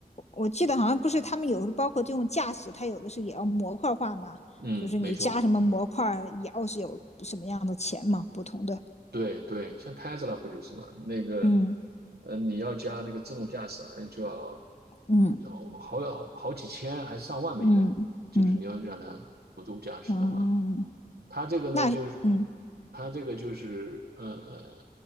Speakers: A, on the left; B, on the right.
A: 我记得好像不是他们有的包括这种驾驶，它有的是也要模块化嘛，
B: 嗯，
A: 就是你加什么模块儿也要是有什么样的钱嘛，
B: 没错。
A: 不同的，
B: 对对，像 Tesla 不就是嘛？那个，
A: 嗯
B: 呃，你要加那个自动驾驶，好像就要
A: 嗯
B: 要好好好几千还是上万美元，
A: 嗯嗯
B: 就是你要让它辅助驾驶的话，
A: 嗯，
B: 它这个呢，
A: 那嗯
B: 就是它这个就是，呃呃，